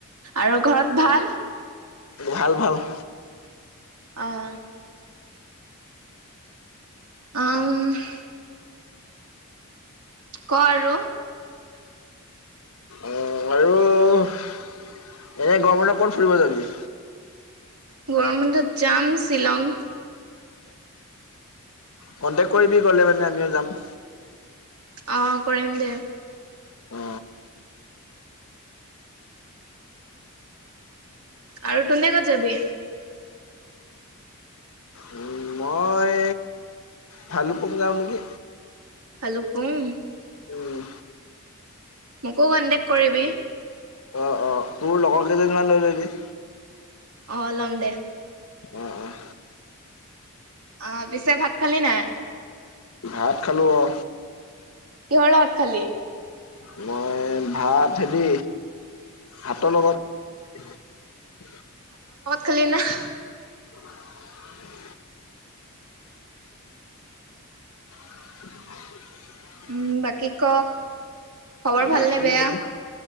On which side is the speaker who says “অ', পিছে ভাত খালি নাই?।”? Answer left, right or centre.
Right